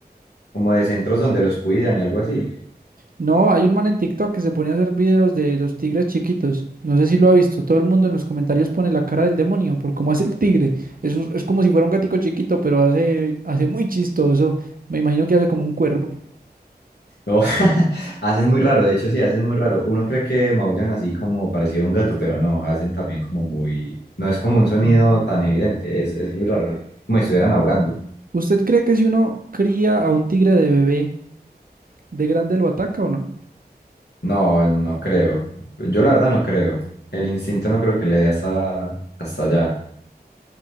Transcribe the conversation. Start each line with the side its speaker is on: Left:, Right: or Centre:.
Left: como de centros donde los cuidan y algo así.
Right: No, hay un man en TikTok que se pone a hacer videos de los tigres chiquitos. No sé si lo ha visto. Todo el mundo en los comentarios pone la cara del demonio por cómo hace el tigre. Es, es como si fuera un gatico chiquito, pero hace, hace muy chistoso. Me imagino que hace como un cuervo.
Left: No, <laughs> hacen muy raro, de hecho sí, hacen muy raro. Uno cree que maullan así como parecido a un gato, pero no, hacen también como muy... No es como un sonido tan evidente, es, es muy raro, como si estuvieran ahogando.
Right: ¿Usted cree que si uno cría a un tigre de bebé, de grande lo ataca o no?
Left: No, no creo. Yo la verdad no creo. El instinto no creo que le dé hasta, hasta allá.